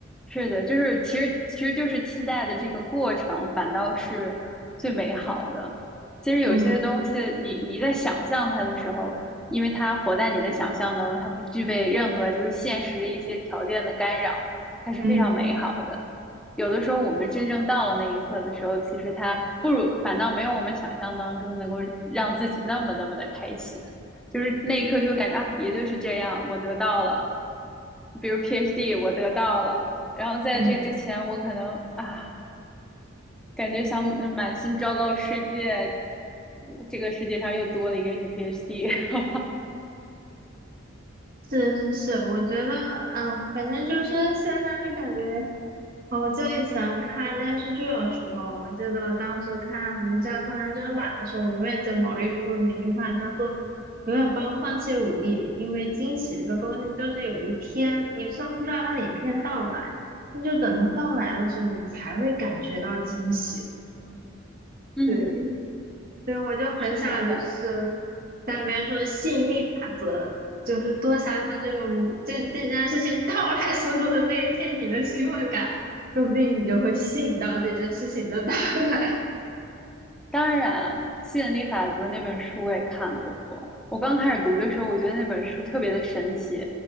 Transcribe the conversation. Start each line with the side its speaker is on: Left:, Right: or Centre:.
Centre: 是的，就是其实其实就是期待的这个过程，反倒是最美好的。其实有些东西你，
Right: 嗯。
Centre: 你在想象它的时候，因为它活在你的想象当中，它不具备任何就是现实的一些条件的干扰，它是非常美好的。
Right: 嗯
Centre: 有的时候我们真正到了那一刻的时候，其实它不如反倒没有我们想象当中能够让自己那么那么的开心。就是那一刻就会感觉啊，也就是这样，我得到了。比如 PhD 我得到了，然后在这之前我可能啊，
Right: 嗯
Centre: 感觉想满心昭告世界，这个世界上又多了一个女 PhD。<laughs>
Right: 是是是，我觉得，嗯，反正就是现在就感觉。哦我在以前看电视剧的时候，我记得当时看《名侦探柯南》真人版的时候，我永远记得毛利叔那句话叫做“永远不要放弃努力”，因为惊喜这个东西就是有一天你虽然不知道它哪一天到来，那就等它到来的时候，你才会感觉到惊喜。
Centre: 嗯，
Right: 对，对，我就很想就是
Centre: 是的，
Right: 像别人说的吸引力法则，就是多想想这种这这件事情到来时候的那一天你的兴奋感，说不定你就会吸引到这件事情的到来。
Centre: 当然，吸引力法则那本书我也看过。我刚开始读的时候，我觉得那本书特别的神奇，